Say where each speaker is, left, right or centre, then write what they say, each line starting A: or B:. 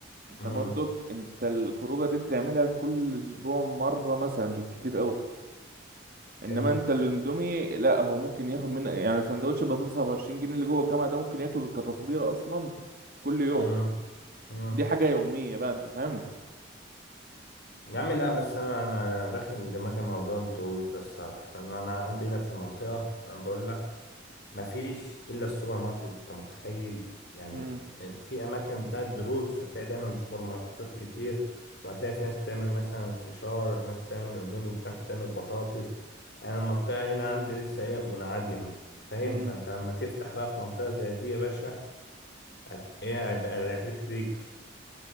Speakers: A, on the right; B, on the left.
A: انت
B: مم.
A: برضك انت الخروجه دي بتعملها كل اسبوع مرة مثلا بالكتير قوي انما
B: حلو
A: انت الاندومي لا هو ممكن ياخد منك يعني سندوتش بطاطس ب 20 جنيه اللي جوه الجامعة ده ممكن ياكله كتصبيرة اصلا كل يوم
B: مم. مم.
A: دي حاجة يومية بقى انت فاهم
B: يا عم لا بس أنا أنا داخل دماغي موضوع الدروس ده الصراحة لأن أنا عندي هنا في المنطقة أنا بقول ما فيش الا السوبر ماركت انت متخيل يعني
A: مم.
B: في اماكن بتاعت دروس هتلاقي دايما سوبر ماركتات كتير وهتلاقي في ناس بتعمل مثلا فشار ناس بتعمل اندومي ناس بتعمل بطاطس انا المنطقه هنا عندي لسه ايه منعدمه فاهم
A: مم.
B: فانت لما تفتح بقى في منطقه زي دي يا باشا هت- ايه هيبقى رايح ليك رجل